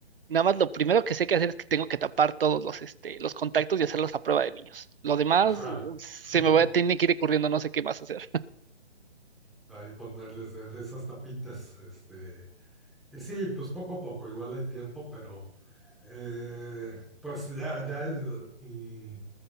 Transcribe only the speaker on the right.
nada más lo primero que sé que hacer es que tengo que tapar todos los, este, los contactos y hacerlos a prueba de niños. Lo demás,
se
me va, tiene que ir ocurriendo, no sé qué más hacer.